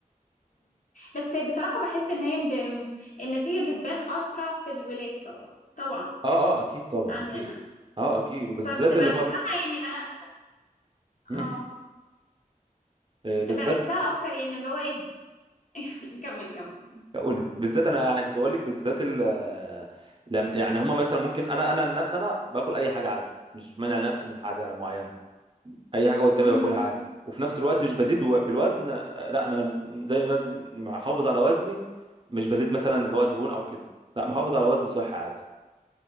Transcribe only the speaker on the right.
اه اه اكيد طبعا
اكيد اه اكيد وبالذات
اللي هم
مم.
آه، بالذات
اقول لك بالذات انا يعني كنت بقول لك بالذات ال آه، لم- يعني هم مثلا ممكن انا انا عن نفسي انا باكل اي حاجه عادي مش مانع نفسي من حاجه معينه اي حاجه قدامي
باكلها عادي وفي نفس الوقت مش بزيد و- في الوزن آه، لا انا م- زي ما وزن محافظ على وزني مش بزيد مثلا اللي هو دهون او كده لا محافظ على وزن صحي عادي